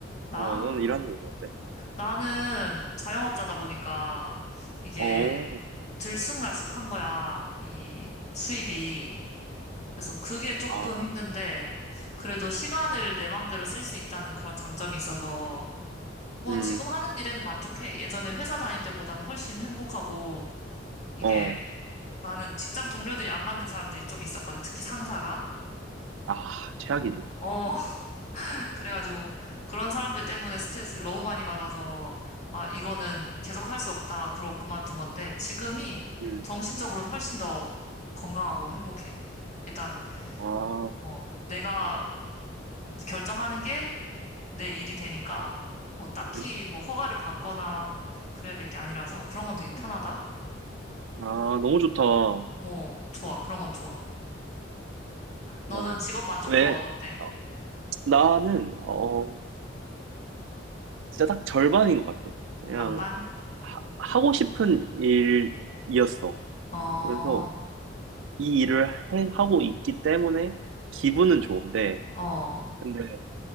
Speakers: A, on the left; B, on the right.
A: 나?
B: 어, 는 일하는 게 좀 어때?
A: 나는 자영업자다 보니까 이게
B: 어,
A: 들쑥날쑥한 거야, 이 수입이. 그래서 그게 조금
B: 아,
A: 힘든데, 그래도 시간을 내 맘대로 쓸 수 있다는 그런 장점이 있어서 뭐
B: 음,
A: 지금 하는 일에는 만족해. 예전에 회사 다닐 때보다는 훨씬 행복하고 이게
B: 어,
A: 나는 직장 동료들이 안 맞는 사람들이 좀 있었거든. 특히 상사가.
B: 아, 최악이지.
A: 어. 어, <laughs> 그래가지고 그런 사람들 때문에 스트레스를 너무 많이 받아서 아, 이거는 계속 할 수 없다. 그러고 그만둔 건데 지금이
B: 음,
A: 정신적으로는 훨씬 더 건강하고 행복해. 일단
B: 아,
A: 뭐 내가 결정하는 게 내 일이 되니까 뭐 딱히
B: 음,
A: 뭐 허가를 받거나 그래야 될 게 아니라서 그런 건 되게 편하다.
B: 아, 너무 좋다. 아,
A: 어, 좋아. 그런 건 좋아. 너는
B: 어,
A: 직업 만족도가
B: 왜,
A: 어때?
B: 어, 나는, 어, 진짜 딱 절반인 것 같아. 그냥,
A: 반반?
B: 하- 하고 싶은 일이었어.
A: 어, 어,
B: 그래서 이 일을 해- 하고 있기 때문에 기분은 좋은데,
A: 어.
B: 근데